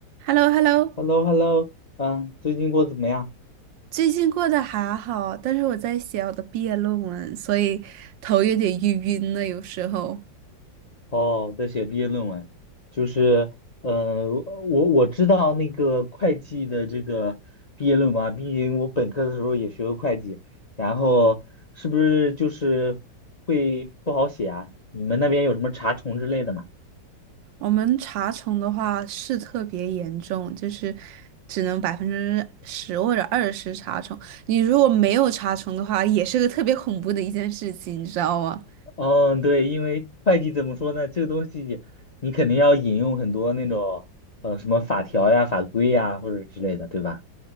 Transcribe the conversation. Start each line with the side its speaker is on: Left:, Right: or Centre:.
Right: h e l l o h e l l o
Left: h e l l o h e l l o 嗯，最近过得怎么样？
Right: 最近过得还好，但是我在写我的毕业论文，所以头有点晕晕的。有时候
Left: 哦，在写毕业论文，就是，呃，我我知道那个会计的这个毕业论文啊，毕竟我本科的时候也学过会计，然后是不是就是会不好写啊？你们那边有什么查重之类的吗？
Right: 我们查重的话是特别严重，就是只能百分之十或者二十查重。你如果没有查重的话，也是个特别恐怖的一件事情，你知道吗？
Left: 嗯，对，因为会计怎么说呢，这个东西你肯定要引用很多那种呃什么法条呀、法规呀或者之类的，对吧？